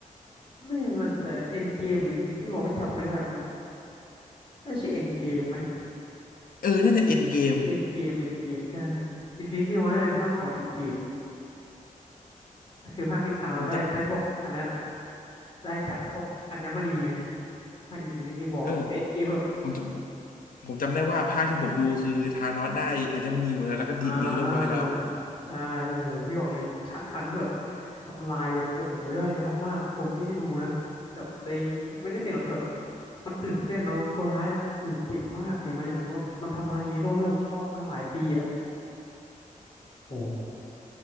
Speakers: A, on the left (about 40°); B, on the left (about 80°).
A: ไม่มั่นใจเอ็นเกมหรืออินฟินิตี้วอพี่จำไม่ได้มันน่าชื่อเอ็นเกมไหม
B: เออน่าจะ End Game
A: เอ็นเกมเอ็นเกมใช่อินฟินิตี้วอน่าจะเป็นภาคก่อนเอ็นเกมคือภาคที่ทานเราได้ได้พวกอันเนี้ย
B: ผมจ
A: ได้จับพวกอัญมณีไงภาคอินฟินิตี้วอร์เอ็นเกม
B: ำเออผมจำผมจำได้ว่าภาคที่ผมดูคือธานอสได้อาจจะมันนีหมดแล้วแล้วก็ดีดนิ้วเรียบร้อยแล้ว
A: อ่าใช่โอ้โหพี่บอกเลยฉาพันนั้นคือแบบทำลายแบบโอ้โหย่อยยับมากคนที่ได้ดูนะแบบเซ็งไม่ได้เซ็งหรอกคือแบบมันตื่นเต้นเนาะตัวร้ายอยู่เก่งมากเก่งมากอย่างนั้นว่ามันทำลายฮีโร่ที่เราชอบมาหลายปีอะโอ้โห